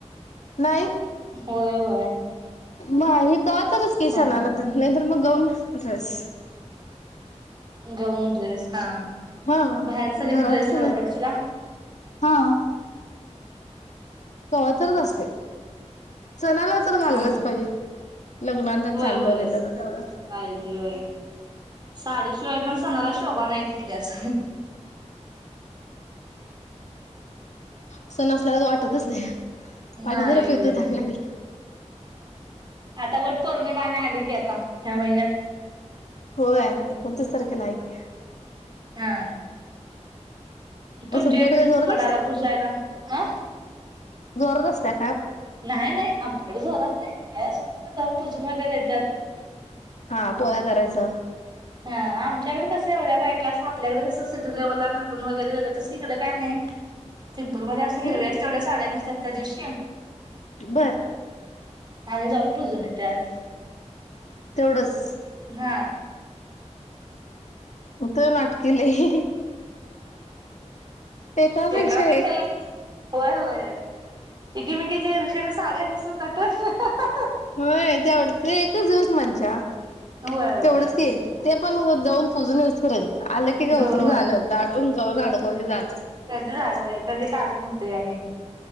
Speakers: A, on the left; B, on the right.
A: नाही.
B: होय होय.
A: बा हे कवा तरच की
B: हा
A: सणं
B: हा
A: आला तर हे तर मग गाऊन ड्रेस
B: गाऊन ड्रेस हा
A: हा
B: बाहेर सगळीक
A: घरात
B: ड्रेस
A: कोण
B: घालत
A: आहे
B: अशीला
A: हा कवा तरच असते
B: हा
A: सणाला तर घालालाच
B: हा हा
A: पाहिजे. लग्नाला तेन
B: होय
A: चाललं
B: होय.
A: बिललं तर तेवढं
B: पाहिजे होय. साडी शिवाय पण सणाला शोभा नाय कुठल्याच
A: सण असल्यागत वाटतच नाही. पाणी
B: नाय
A: जरा पितो
B: व्हय.
A: तहान लागल्या
B: आता वट पौर्णिमानी आली की आता ह्या महिन्यात
A: होय एकोणतीस तारखेला हाय की
B: हा
A: मग
B: तुमच्या
A: तुमच्याकडे
B: इथं
A: काय
B: कसं
A: जोरात
B: वडाला
A: असत्या
B: पूजायला अ
A: वरच असतय.
B: नाय नाय आमच्याकडच जोरात नाय आहे असं फक्त जाऊन पुजून वगैरे येत्यात.
A: हा पोळया करायचं.
B: हा आमच्याकड कसं एवढ्या बायका असं आपल्याकडे कसं सिटी लेवलला नटून वगैरे जातात तस इकड काय नाय.
A: <inaudible>
B: सिंपलमध्ये अस हिरव्याच
A: हम्म
B: तेवढ्या सा्डया नेसतात त्या दिवशी
A: बर
B: आणि जाऊन पुजून येत्यात.
A: तेवढंच
B: हा
A: उत नाटकेलय एकापेक्षा
B: एकापेक्षाएक
A: एक
B: होय होय. एकीमेकीच्या इरषला साड्या नेसून <unintelligible>
A: होय तेवढ ते एकच दिवस मज्जा
B: होय होय
A: तेवढच कि ते पण जाऊन पुजून येंऊस पर्यंत आलं की गवत
B: जाऊन
A: झालं
B: होय
A: काडून गाउन अडकवल कि झाय
B: कधी जावय कधी काढन व्हतय आणि